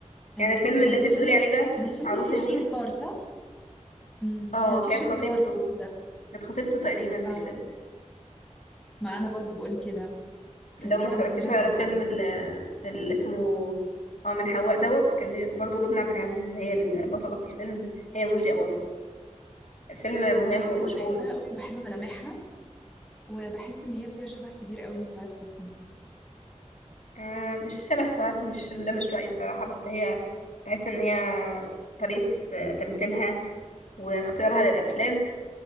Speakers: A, in the centre; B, on the left (about 70°).
A: كان
B: يعني الفيلم
A: كان
B: اللي
A: الفيلم
B: انت بتقولي عليه ده
A: كان الفيلم
B: عروس
A: فيه
B: النيل
A: شويكار صح؟ امم
B: اه
A: كان في
B: كانت
A: شوي
B: خطيبته
A: كار ده
B: كانت خطيبته تقريبا في
A: اه
B: الفيلم
A: ما انا برضو بقول كده وكان
B: لو
A: في
B: ما اتفرجتيش
A: عبد المنعم
B: على
A: رياض
B: فيلم ال- اللي اسمه اه من حواء دوت كان بي- برضو لبنى عبد العزيز هي البطله في الفيلم هي ورشدي اباظه الفيلم مهم ومشهور
A: انا بحبها قوي وبحب ملامحها وبحس ان هي فيها شبه كبير قوي من سعاد حسني
B: آه مش شبه سعاد مش ده مش رأيي الصراحة بس هي بحس ان هي طريقة آه، تمثيلها واختيارها للأفلام